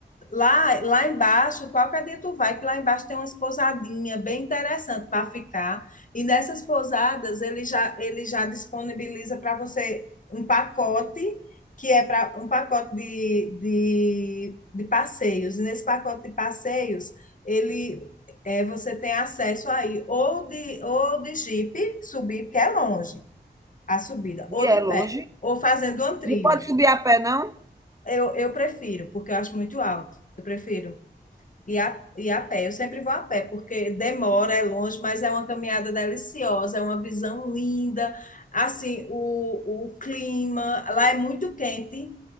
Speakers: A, on the left; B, on the right.
A: Lá, lá embaixo, qualquer dia tu vai, que lá embaixo tem umas pousadinhas bem interessantes para ficar. E nessas pousadas, ele já, ele já disponibiliza para você um pacote, que é para um pacote de, de, de passeios. E nesse pacote de passeios, ele é, você tem acesso aí ou de, ou de jipe, subir, porque é longe a subida,
B: e
A: ou
B: é
A: de pé,
B: longe.
A: ou fazendo uma trilha.
B: Não pode subir a pé não?
A: Eu, eu prefiro, porque eu acho muito alto. Eu prefiro. E a, e a pé, eu sempre vou a pé, porque demora, é longe, mas é uma caminhada deliciosa, é uma visão linda. Assim, o, o clima lá é muito quente,